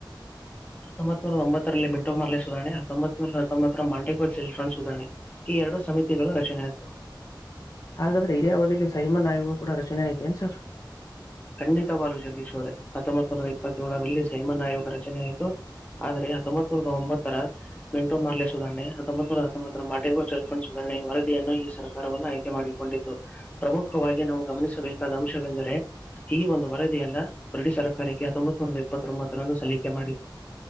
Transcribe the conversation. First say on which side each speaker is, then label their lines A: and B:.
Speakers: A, on the left (about 20°); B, on the left (about 45°).
A: ಹತೊಂಬತು ನೂರ ತೊಂಬತ್ತರಲ್ಲಿ ಮೆಂಟೊ ಮಾರ್ಲೆ ಸುಧಾರಣೆ ಹತೊಂಬತ್ ನೂರ ಹತ್ತೊಂಬತ್ತು <unintelligible> ಸುಧಾರಣೆ ಈ ಎರಡು ಸಮಿತಿಗಳು ರಚನೆ ಆಗ್ತವೆ
B: ಹಾಗಾದರೆ ಇದ ಅವಧಿಯಲ್ಲಿ ಸೈಮನ್ ಆಯಿಗೂ ಕೂಡ ಚೆನ್ನ ಐತೆ ಏನ್ ಸರ್
A: ಖಂಡಿತವಾಗಲೂ ಜಗದೀಶ್ ಅವರೇ ಹತ್ತೊಂಬತ್ ಸಾವಿರದ ಇಪ್ಪತ್ತಏಳರಲ್ಲಿ ಸೈಮನ್ ಆಯೋಗ ರಚನೆಯಾಯಿತು ಆದರೆ ಹತ್ತೊಂಬತ್ ಸಾವರದ ಒಂಬತ್ತರ ಮೆಂಟೋ ಮಾರ್ಲೆ ಸುಧಾರಣೆ ಹತ್ತೊಂಬತ್ ಸಾವಿರದ ಹತ್ತೊಂಬತ್ತರ ಮಾಟೆಗೋ ಚೆಲ್ಫಂಡ್ ಸುಧಾರಣೆ ವರದಿಯನ್ನು ಈ ಸರ್ಕಾರವನ್ನ ಆಯ್ಕೆ ಮಾಡಿಕೊಂಡಿು ಪ್ರಮುಖವಾಗಿ ನಾವು ಗಮನಿಸಬೇಕಾದ ಅಂಶವೆಂದರೆ ಈ ಒಂದು ವರದಿ ಅಲ್ಲ ಗರಡಿ ಸರ್ಕಾರಕ್ಕೆ ಹತ್ತೊಂಬತ್ನೂರ ಎಪ್ಪತ್ತೊಂಬತ್ತರಂದು ಸಲ್ಲಿಕೆ ಮಾಡ